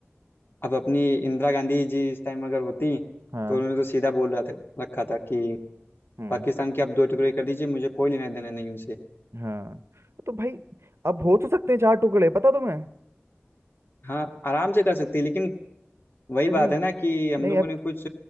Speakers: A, on the left (about 55°); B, on the right (about 70°).
A: अब अपनी इंदिरा गांधी जी इस टाइम अगर होती
B: हाँ
A: तो उन्होंने तो सीधा बोल रहा था रखा था कि
B: हम्म
A: पाकिस्तान की आप दो टुकड़े कर दीजिए मुझे कोई लेना देना नहीं उनसे
B: हाँ तो भाई अब हो तो सकते हैं चार टुकड़े पता तुम्हें
A: हाँ आराम से कर सकती है लेकिन वही
B: अरे
A: बात
B: नहीं
A: है ना कि हम
B: नहीं
A: लोगों
B: अब
A: ने कुछ